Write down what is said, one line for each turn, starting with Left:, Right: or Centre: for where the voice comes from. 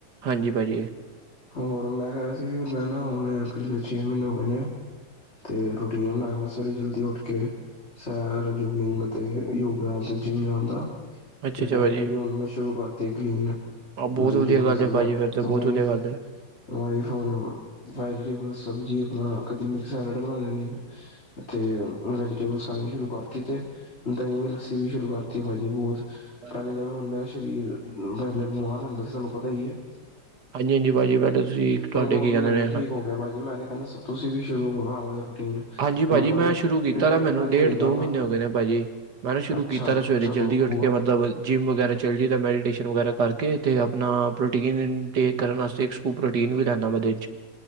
Right: ਹਾਂਜੀ ਭਾਜੀ
Left: ਹੋਰ ਮੈਂ ਕਹਿ ਰਿਹਾ ਸੀ, ਮੈਂ ਨਾ ਹੁਣ ਪਿਛਲੇ ਛੇ ਮਹੀਨੇ ਹੋ ਗਏ ਨੇ। ਅਤੇ ਰੂਟੀਨ ਬਣਾਇਆ ਵਾ ਸਵੇਰੇ ਜਲਦੀ ਉੱਠ ਕੇ। ਸੈਰ ਯੁਗਿੰਗ ਅਤੇ ਯੋਗਾ ਅਤੇ ਜਿਮ ਜਾਣ ਦਾ।
Right: ਅੱਛਾ
Left: ਤੇ
Right: ਅੱਛਾ
Left: ਡਾਇਟ
Right: ਭਾਜੀ
Left: ਵੀ ਹੁਣ ਮੈਂ ਸ਼ੁਰੂ ਕਰਤੀ ਕਲੀਨ।
Right: ਆਹ ਬਹੁਤ
Left: ਵੈਜਿਟੇਬਲਸ
Right: ਵਧੀਆ ਗੱਲ ਹੈ ਭਾਜੀ ਫਿਰ ਤਾਂ ਬਹੁਤ
Left: ਵਇਫ
Right: ਵਧੀਆ ਗੱਲ
Left: <unintelligible> <unintelligible>
Right: ਹੈ
Left: ਮਾਈ ਫੋਨ ਵੈਜੀਟੇਬਲ ਸਬਜੀ ਆਪਣਾ ਕਦੀ ਮਿਕਸ ਸੈਲਡ ਬਣਾ ਦਿੰਦੀ ਤੇ ਵੈਜੀਟੇਬਲਸ ਖਾਣੀ ਸ਼ੁਰੂ ਕਰਤੀ ਤੇ ਦਹੀਂ ਲੱਸੀ ਵੀ ਸ਼ੁਰੂ ਕਰਤੀ ਭਾ ਜੀ ਬਹੁਤ
Right: ਹਾਂਜੀ
Left: ਪਹਿਲੇ ਜਵੇਂ ਹੁਣ ਮੇਰਾ ਸਰੀਰ ਪਹਿਲੇ ਬਿਮਾਰ ਹੁੰਦੇ ਸੀ ਤੁਹਾਨੂੰ ਪਤਾ ਹੀ ਹੈ।
Right: ਹਾਂਜੀ ਭਾਜੀ ਪਹਿਲੇ ਤੁਸੀਂ ਤੁਹਾਡੇ
Left: ਹੁਣ ਉਹ
Right: ਕੀ
Left: ਵੀ
Right: ਕਹਿੰਦੇ
Left: ਹੁਣ
Right: ਨੇ
Left: ਠੀਕ ਹੋ ਗਿਆ। ਭਾਜੀ ਮੈਂ ਤੇ ਕਹਿੰਦਾ ਤੁਸੀਂ ਵੀ ਸ਼ੁਰੂ ਕਰੋ ਆਹੋ ਜਾ ਰੂਟੀਨ।
Right: ਹਾਂਜੀ ਭਾਜੀ
Left: ਤੁਹਾਨੂੰ
Right: ਮੈਂ ਸ਼ੁਰੂ ਕੀਤਾ।
Left: ਡਾਇਟ
Right: ਮੈਨੂੰ
Left: ਪਲੈਨ
Right: ਡੇਢ
Left: ਭੇਜ ਦਾਂਗਾ
Right: ਦੋ ਮਹੀਨੇ ਹੋ ਗਏ ਨੇ ਭਾਜੀ। ਮੈਂ ਨਾ ਸ਼ੁਰੂ
Left: ਅੱਛਾ
Right: ਕੀਤਾ ਨਾ ਸਵੇਰੇ
Left: ਚਲੋ
Right: ਜਲਦੀ ਉੱਠ
Left: ਬਹੁਤ
Right: ਕੇ। ਮਤਲਬ ਜਿੰਮ ਵਗੈਰਾ ਚੱਲ ਜੀਦੇ ਤਾਂ ਮੈਡੀਟੇਸ਼ਨ ਵਗੈਰਾ ਕਰਕੇ ਅਤੇ ਆਪਣਾ ਪ੍ਰੋਟੀਨ ਦੇ ਕਰਨ ਵਾਸਤੇ ਇੱਕ ਸਕੁਪ ਪ੍ਰੋਟੀਨ ਵੀ ਲੈਣਾ ਓਹਦੇ ਚ।